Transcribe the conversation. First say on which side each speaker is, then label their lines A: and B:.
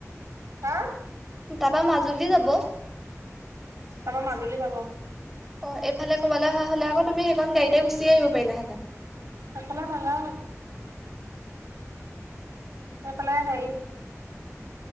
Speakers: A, on the right; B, in the centre.
A: হা।
B: তাপা মাজুলী যাব।
A: তাপা মাজুলী যাব।
B: অ এইফালে কৰবালে অহা হ'লে আকৌ তুমি সেইখন গাড়ীতে গুচি আহিব পাৰিলাহেঁতেন।
A: সেইফালে নাযায় আজি। সেইফালে হেৰি